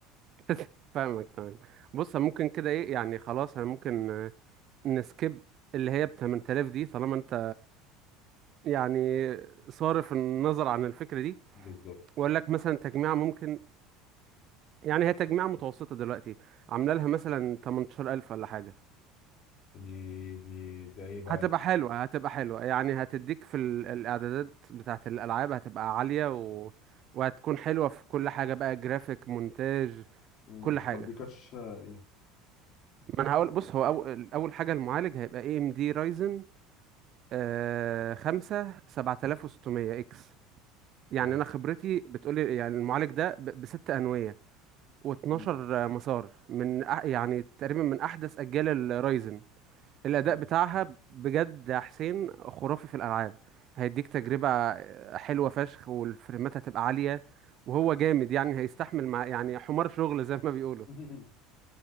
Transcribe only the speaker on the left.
بالظبط
دي دي ده ايه بقى
دي؟
مم.
طب دي كاتش آه، ايه
حلو
مم.
حلو
<laughs>